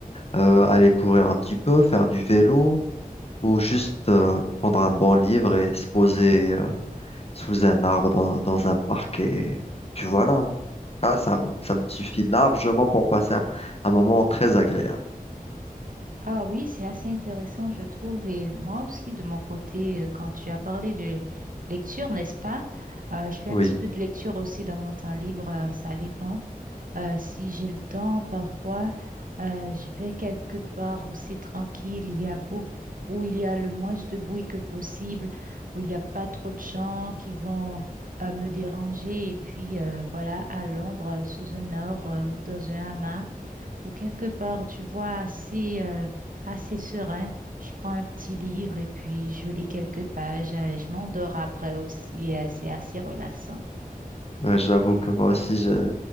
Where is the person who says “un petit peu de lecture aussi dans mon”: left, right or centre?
Right